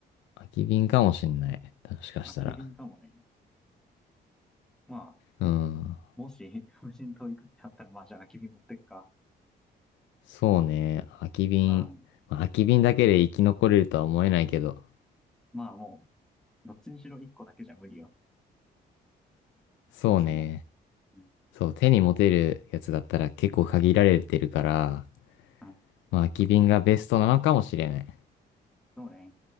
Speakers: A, on the left; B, in the centre.
A: 空き瓶かもしんない。もしかしたら。
B: 空き瓶かもね。まあ、
A: うん。
B: もし <laughs> 無人島行くってあったら、まあじゃあ空き瓶持ってくか。
A: そうね。空き瓶。
B: うん。
A: まあ空き瓶だけで生き残れるとは思えないけど。
B: まあもう、どっちにしろ1個だけじゃ無理よ。
A: そうね。
B: そもそも。うん。
A: そう、手に持てるやつだったら結構限られてるから、
B: あ、
A: まあ空き瓶がベストなのかもしれない。
B: そうね。